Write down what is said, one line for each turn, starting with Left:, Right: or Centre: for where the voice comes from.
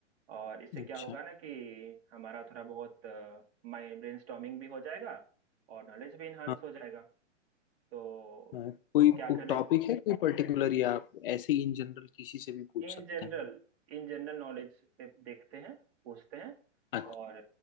Right: और इससे
Left: अच्छा
Right: क्या होगा ना कि हमारा थोड़ा बहुत माइंड ब्रेनस्टॉर्मिंग भी हो जाएगा और नॉलेज भी इन्हांस
Left: हाँ
Right: हो जाएगा तो
Left: हाँ, कोई
Right: क्या करें
Left: टॉपिक है कोई पर्टिकुलर या आप ऐसे ही इन जनरल किसी से भी पूछ
Right: इन
Left: सकते
Right: जनरल
Left: हैं
Right: इन जनरल नॉलेज पे देखते हैं पूछते हैं
Left: अच्छा
Right: और